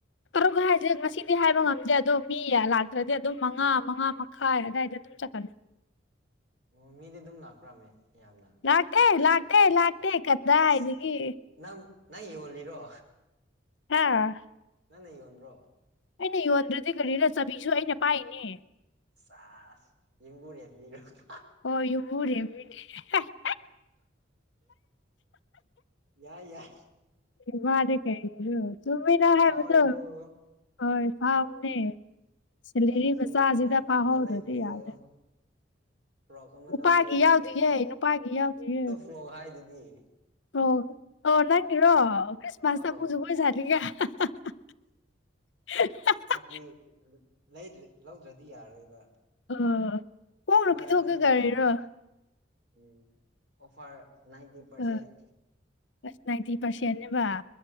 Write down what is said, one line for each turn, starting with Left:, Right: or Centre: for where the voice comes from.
Left: ꯇꯔꯨꯛ ꯍꯥꯏꯁꯦ ꯉꯁꯤꯗꯤ ꯍꯥꯏꯕ ꯉꯝꯗꯦ ꯑꯗꯣ ꯃꯤ ꯂꯥꯛꯇ꯭ꯔꯗꯤ ꯑꯗꯨꯝ ꯃꯉꯥ ꯃꯉꯥ ꯃ ꯈꯥꯏ ꯑꯗꯥꯏ ꯑꯗꯨꯝ ꯆꯠꯈ꯭ꯔꯅꯤ꯫
Right: ꯑꯣ ꯃꯤꯗꯤ ꯑꯗꯨꯝ ꯂꯥꯛꯄ꯭ꯔꯥ ꯃꯦ ꯌꯥꯝꯅ꯫
Left: ꯂꯥꯛꯇꯦ ꯂꯥꯛꯇꯦ ꯂꯥꯛꯇꯦ ꯀꯗꯥꯏꯗꯒꯤ꯫
Right: ꯑꯁ ꯅꯪ ꯅꯪ ꯌꯣꯜꯂꯤꯔꯣ꯫
Left: ꯍꯥꯥ꯫
Right: ꯅꯪꯅ ꯌꯣꯟꯕ꯭ꯔꯣ꯫
Left: ꯑꯩꯅ ꯌꯣꯟꯗ꯭ꯔꯗꯤ ꯀꯔꯤꯔ ꯆꯕꯤꯁꯨ ꯑꯩꯅ ꯄꯥꯏꯅꯦ꯫
Right: ꯁꯥꯖ ꯌꯦꯝꯕꯨꯔꯦꯝꯕꯤꯔꯣ <unintelligible>
Left: ꯍꫭꯏ ꯌꯨꯝꯕꯨꯔꯦꯝꯕꯤꯅꯦ꯫ <unintelligible>
Right: ꯌꯥꯏ ꯌꯥꯏ꯫
Left: ꯏꯋꯥꯗꯤ ꯀꯩꯅꯣ ꯆꯨꯝꯃꯤ
Right: ꯌꯥꯝ
Left: ꯅꯪ ꯍꯥꯏꯕꯗꯣ
Right: ꯐꯥꯎꯔꯦꯀꯣ
Left: ꯍꯣꯏ ꯐꯥꯝꯅꯦ꯫ ꯁꯦꯂꯔꯤ
Right: ꯑꯩꯒꯤꯁꯨ
Left: ꯃꯆꯥꯁꯤꯗ
Right: ꯑꯃ
Left: ꯐꯥꯍꯧꯗ꯭ꯔꯗꯤ
Right: ꯑꯃ ꯂꯩꯕꯤꯌꯣ
Left: ꯌꯥꯗ꯭ꯔꯦ꯫
Right: ꯐ꯭ꯔꯣꯛ ꯑꯃ
Left: ꯅꯨꯄꯥꯒꯤ
Right: ꯂꯧꯕꯤꯌꯣ
Left: ꯌꯥꯎꯗꯤꯌꯦ ꯅꯨꯄꯥꯒꯤ ꯌꯥꯎꯗꯤꯌꯦ꯫
Right: ꯁꯣ ꯍꯥꯏꯗꯨꯗꯤ꯫
Left: ꯁꫭ ꯑꯣ ꯅꯪꯒꯤꯔꯣ꯫ ꯈ꯭ꯔꯤꯁꯃꯥꯁꯇ
Right: ꯑꯧ
Left: ꯑꯃꯨꯛ ꯖꯒꯣꯏ ꯁꯅꯤꯡꯉꯥꯏ꯫ <unintelligible>
Right: ꯗꯤ ꯂꯩꯗ꯭ꯔ ꯂꯧꯗ꯭ꯔꯗꯤ ꯌꯥꯔꯣꯏꯕ꯫
Left: ꯑ ꯍꯣꯡꯅ
Right: ꯑꯃꯔ
Left: ꯄꯤꯊꯣꯛꯀꯦ
Right: ꯑꯅꯤꯔ
Left: ꯀꯔꯤꯔꯣ
Right: ꯎꯝ ꯑꯣꯐꯔ ꯅꯥꯏꯟꯇꯤ ꯄꯔꯁꯦꯟ꯫
Left: ꯑ ꯑꯁ ꯅꯥꯏꯟꯇꯤ ꯄꯔꯁꯦꯅꯦꯕꯥ꯫